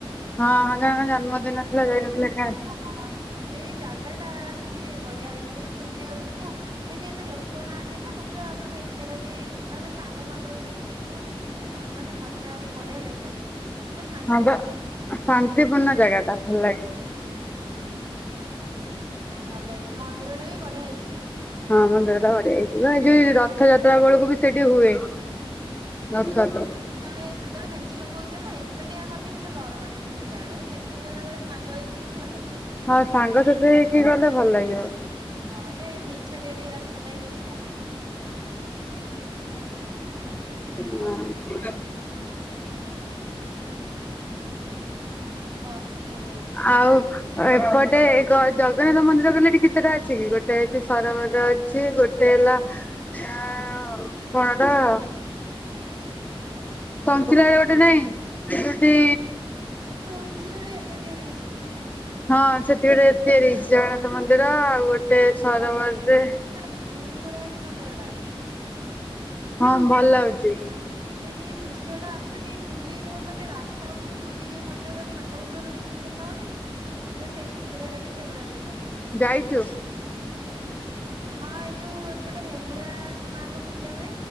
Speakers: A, on the left (about 15°); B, on the right (about 45°).
A: ହଁ ହଁ ଜଣଙ୍କ ଜନ୍ମଦିନ ଥିଲା
B: ହ
A: ଯାଇନଥିଲେ
B: ହ।
A: ହଁ
B: <inaudible> ସେଇ ଜାଗା ଟା ହେଉଚି ବଢିଆ ହେଇଛି ଆମେ ବୁଲିବାକୁ ଯା ଯିବୁ ଏଠି ଏତେ ଲୋକ ନାହାନ୍ତି ନା ପୁରା ମାନେ ଏକେଡେ ବି ନହେଲେ ସାଙ୍ଗ ଫାଙ୍ଗ ହେଇକି ବି ଯିବୁ ମାନେ ମଜା ଆଉ ବଢିଆ ଲାଗିବ। ପୁରା ଶାନ୍ତି
A: ହଁ
B: ଜାଗା
A: ବା
B: ଟା।
A: ଶାନ୍ତିପୂର୍ଣ୍ଣ ଜାଗା ଟା। ଭଲ ଲାଗେ।
B: ହୁଁ ହୁଁ। ଭଲ ହେଇଛି ମନ୍ଦିରଟା ବି ବଢିଆ ହେଇଛି।
A: ହଁ ମନ୍ଦିର ତ ବଢିଆ ହେଇଛି, ଏ ଯଉ
B: ହେଲେ
A: ରଥଯାତ୍ରା ବେଳକୁ ବି ସେଠି ହୁଏ। ରଥଯାତ୍ରା।
B: ସେ ଲୋକ ଯେତେଳେ ସେତେବେଳେ ମେଞ୍ଚେ ଲୋକ କହିଦିଅ ନା ଏକାଟିଆ କଲେ କିନ୍ତୁ ଡରମାଡେ <unintelligible> ସେ ଯାହାଟା ଏ ଦି ତିନି ଜଣ ବେଳେ ସାଙ୍ଗ ହେଇକି ଯିବୁ ଭଲ ଲାଗିିବ।
A: ହଁ ସାଙ୍ଗସାଥୀ ହେଇକି ଗଲେ ଭଲ ଲାଗିବ। <inaudible>
B: ହଁ <unintelligible> ନିଛାଟିଆ ଟିକେ ରାସ୍ତା ଟା ହେଇ ଯାଉଛି ଆଉ ସେଥିପାଇଁ।
A: ହଁ।
B: ଆଉ ଆଉ କହ କଣ କହୁଛୁ କୁଆଡେ
A: ଆଉ
B: ଯାଇଥିଲୁ ବୁଲିବାକୁ?
A: ଏପଟେ ଜଗନ୍ନାଥ ମନ୍ଦିର କହଲେ ଏଠି କେତେଟା ଅଛି କି ଗୋଟେ ହେଇଛି ସରବର ମନ୍ଦିର ଅଛି ଗୋଟେ ହେଲା। ହ। ହଣଦ <inaudible> ସଂଖଚିଲାରେ ଗୋଟେ ନାଇଁ ଯୋଠି
B: ସଂଖାଚିଲାରେ ଏବେ ତିଆରି ହେଇଛି।
A: ହଁ ସେତେବେଳେ ଏଥିେ ଜଗନ୍ନାଥ ମନ୍ଦିର ଆଉ। ସରୋବରରେ
B: କଟା ପୁରୀ ଭଳିଆ <unintelligible> ମନ୍ଦିର ଟା।
A: ହଁ ଭଲ ଅଛି।
B: ଦୃଶ୍ୟ ଟା ଆସୁଚି ପୁରୀରୁ ମାନେ ରାସ୍ତା ଉପରୁ ପୁରୀ ମନ୍ଦିରରେ ଫଟୋ ଉଠୁନାହାନ୍ତି ସେମିତି ଦେଖା ହଉନି? ପୁରା ସେ ରୋଡେ ବି <unintelligible> ସେଇଭଳିଆ ଦେଖାଯାଉଛି।
A: ଯାଇଚୁ?
B: ହଁ ଏଇ ଯୋଉ ଏପଟେ ହେଙ୍ଗୁଳା ମାଙ୍କ ପୂଜା ହୁଏ